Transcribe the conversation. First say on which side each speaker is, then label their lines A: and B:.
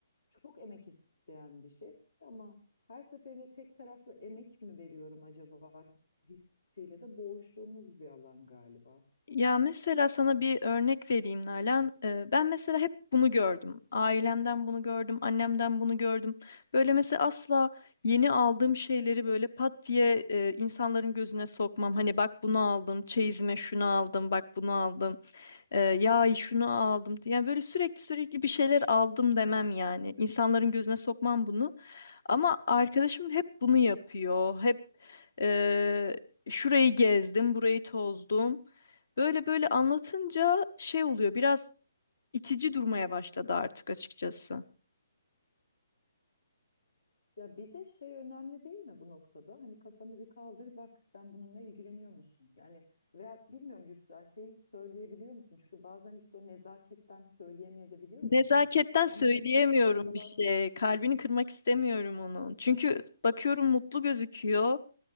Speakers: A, on the left; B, on the left.
A: çok emek isteyen bir şey ama her seferinde tek taraflı emek mi veriyorum acaba hissiyle de boğuştuğumuz bir alan galiba.
B: Ya mesela sana bir örnek vereyim Nalan. Ee, ben mesela hep bunu gördüm. Ailemden bunu gördüm, annemden bunu gördüm. Böyle mesela asla yeni aldığım şeyleri böyle pat diye e, insanların gözüne sokmam. Hani bak bunu aldım, çeyizime şunu aldım, bak bunu aldım. Ee, ya şunu aldım. Yani böyle sürekli sürekli bir şeyler aldım demem yani. İnsanların gözüne sokmam bunu. Ama arkadaşım hep bunu yapıyor. Hep eee, şurayı gezdim, burayı tozdum. Böyle böyle anlatınca şey oluyor. Biraz itici durmaya başladı artık açıkçası.
A: Ya bir de şey önemli değil mi bu noktada? Hani kafanı bir kaldır bak sen bununla ilgileniyor musun? Yani veya bilmiyorum Yusra şey hiç söyleyebiliyor musun? Çünkü bazen işte o nezaketten söyleyemeyebiliyoruz
B: Nezaketten
A: ya. Ama
B: söyleyemiyorum
A: hani se- şey falan
B: bir şey. Kalbini kırmak istemiyorum onun. Çünkü bakıyorum mutlu gözüküyor.